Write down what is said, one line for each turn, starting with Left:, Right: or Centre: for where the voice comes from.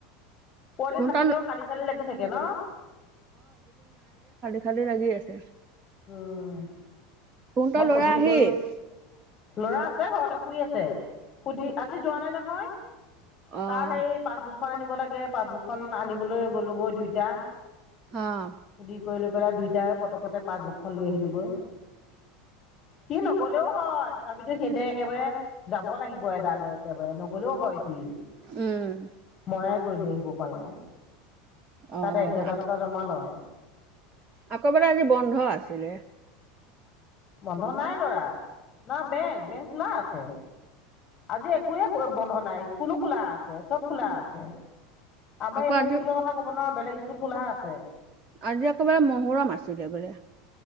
Left: পোৱালি
Right: কোনটা
Left: নাথাকিলেও খালী খালী লাগি থাকে ন?
Right: কালি লাগি আছে।
Left: উম'
Right: তোহোঁতৰ
Left: মই
Right: ল'ৰা
Left: সুধি
Right: আহিল?
Left: কৰি ল'ৰা আছে ঘৰতে শুই আছে, সুধি আজি যোৱা নাই নহয়।
Right: অ',
Left: তাৰ সেই পাছবুকখন আনিব লাগে পাছবুকখন আনিবলৈ গ'লোগৈ দুইটা।
Right: অ',
Left: সুধি কৰি লৈ পেলাই দুইটাই পতকতে পাচবুকখন লৈ আহিলোগৈ। সি নগলেও হয় তথাপিতো সিহঁতে একেবাৰে যাব লাগিব এডালে একেবাৰে নগলেও হয় সি।
Right: উম।
Left: ময়ে গৈ লৈ আহিব পাৰো।
Right: অ',
Left: তাত একহেজাৰ টকা জমা লয়।
Right: আকৌ বোলে আজি বন্ধ আছিলে
Left: বন্ধ নাই ল'ৰা না বেংক বেংক খোলা আছে আজি একোৱে বন্ধ নাই স্কুলো খোলা আছে চব খোলা আছে আমাৰ
Right: আকৌ
Left: এইখন
Right: আজি
Left: স্কুলৰ কথা ক'ব নোৱাৰা বেলেগ স্কুল খোলা আছে
Right: আজি আকৌ বোলে মহৰম মাতিছিল বোলে